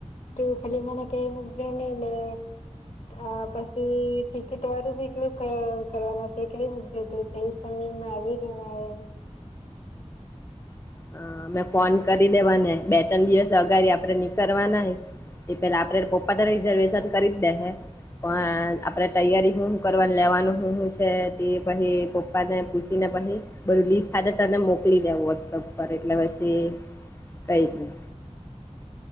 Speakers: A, on the left (about 70°); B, on the left (about 20°).
A: તેની થેલી મને કઈ મુકજે ની. અ પછી ટિકિટ વાળું બી કયું કરવાના તે કઈ મુકજે જતી તે હિસાબે મે આવી જવા એમ.
B: હ, અમે ફોન કરી લેવાને બે ત્રણ દિવસ અગારી આપડે નીકળવાના હોય. એ પેલા આપડે પપ્પા તો રિઝર્વેશન કરી જ દે હે. પણ આપડે તૈયારી શું કરવાની લેવાનું શું શું છે તે પછી પપ્પા ને પૂછીને? પછી બું લીસ્ટ ખા તને મોકલી દેવ વોટ્સઅપ ઉપરએટલે પછી કાંઈ નહિ.